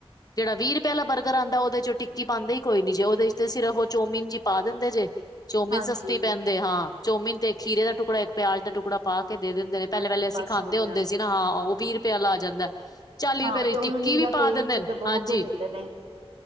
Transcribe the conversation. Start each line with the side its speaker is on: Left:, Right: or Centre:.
Left: ਜਿਹੜਾ, ਵੀਹ ਰੁਪਏ ਵਾਲਾ ਬਰਗਰ ਆਉਦਾ ਉਹਦੇ ਚੋਂ ਟਿਕੀ ਪਾਦੈ ਕੋਈ ਨਈ ਜੇ, ਉਹਦੇ 'ਚ ਤੇ ਸਿਰਫ ਉਹ ਚੋਮਮੀਨ, ਜ ਹੀ ਪਾ ਦਿੰਦੇ ਜੇ ਚੋਮਮੀਨ
Right: ਹਾਂਜੀ,
Left: ਸਸਤੀ ਪੈਂਦੇ ਹਾਂ, ਚੋਮੀਨ, ਤੇ ਇਕ ਖੀਰੇ ਦਾ ਟੁਕੜਾ, ਇਕ ਪਿਆਜ ਦਾ ਟੁਕੜਾ ਪਾ ਕੇ ਦੇ ਦ ਹੁੰਦੇ ਨੇ,
Right: ਹਾਂਜੀ
Left: ਪਹਿਲੇ- ਪਹਿਲੇ ਅਸੀ
Right: ਬਸ
Left: ਖਾਂਦੇ
Right: ਹੋ
Left: ਹੁੰਦੇ
Right: ਗਿਆ।
Left: ਸੀ। ਨਾ, ਹਾਂ ਉਹ ਵੀਹ ਰੁਪਇਆ ਆ ਜਾਦਾ ਚਾਲੀ
Right: ਹਾਂ
Left: ਰੁਪਏ ਲਈ
Right: ਤੇ ਉਹਨੂੰ
Left: ਟਿੱਕੀ
Right: ਨੀਰਾ
Left: ਵੀ, ਪਾ
Right: ਤੇਲ
Left: ਦਿੰਦੇ
Right: ਚ
Left: ਨੇ
Right: ਡਬੋ
Left: ਹਾਂਜੀ
Right: ਕੇ ਦਿੰਦੇ ਨੇ।